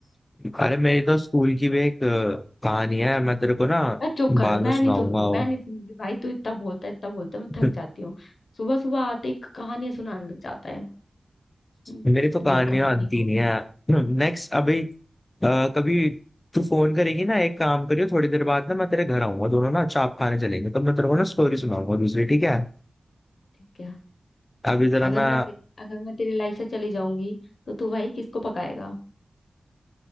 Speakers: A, on the left (about 30°); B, on the left (about 70°).
A: अरे मेरी तो स्कूल की भी एक अ, कहानी है मैं तेरे को ना
B: अरे चुप कर
A: बाद
B: मैं
A: में सुनाऊंगा
B: नहीं सुन रही
A: वो
B: मैं नहीं सुन रही भाई तू इतना बोलता है इतना बोलता है मैं
A: <laughs>
B: थक जाती हूँ सुबह सुबह आते ही कहानियां सुनाने लग जाता है हम्म,
A: मेरी तो कहानियां
B: ये कहानी
A: अंती
B: वो कहानी,
A: नहीं है नेक्स्ट अभी अ, कभी तू फोन करेगी ना एक काम करियो थोड़ी देर बाद ना मैं तेरे घर आऊंगा दोनों ना चाप खाने चलेंगे तो मैं तेरे को ना स्टोरी सुनाऊंगा दूसरी ठीक है
B: ठीक क्या
A: अभी जरा
B: अगर
A: मैं
B: मैं तेरी अगर मैं तेरी लाइफ से चली जाऊंगी तो तू भाई किसको पकाएगा